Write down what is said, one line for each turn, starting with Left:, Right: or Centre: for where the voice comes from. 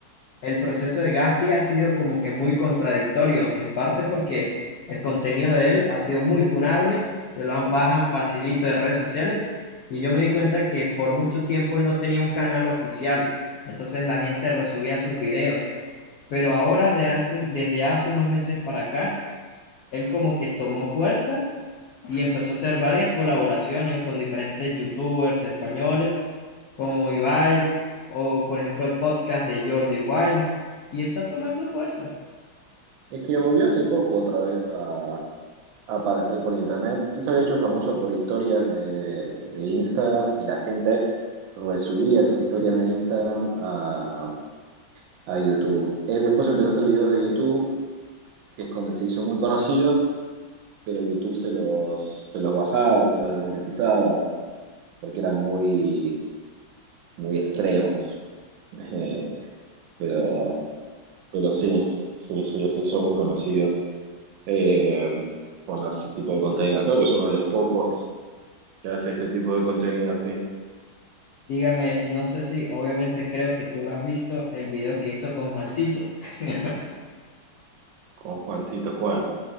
Left: el proceso de Gaspi ha sido como que muy contradictorio, en parte porque el contenido de él ha sido muy funable, se lo han- bajan facilito de redes sociales, y yo me di cuenta que por mucho tiempo él no tenía un canal oficial, entonces la gente resubía sus videos. Pero ahora, de hace un- desde hace unos meses para acá, él como que tomó fuerza y empezó a hacer varias colaboraciones con diferentes youtubers españoles, como Ibai, o por ejemplo el podcast de Jordi Wild, y está tomando fuerza.
Right: Es que volvió hace poco otra vez a, a aparecer por internet. Él se había hecho famoso por historias de, de Instagram y la gente resubía esas historias de Instagram a, a YouTube. Él después empezó a hacer videos de YouTube, que es donde se hizo muy conocido, pero YouTube se los, se los bajaba, se los desmonetizaba, porque eran muy, muy extremos. <laughs> Eh, pero, pero sí, sí, sí, se hizo muy conocido. eh, por ese tipo de contenido. Creo que es uno de los pocos que hace este tipo de contenido así,
Left: Dígame, no sé si, obviamente creo que tú lo has visto, el video que hizo con Juancito. <laughs>
Right: con Juancito Juan.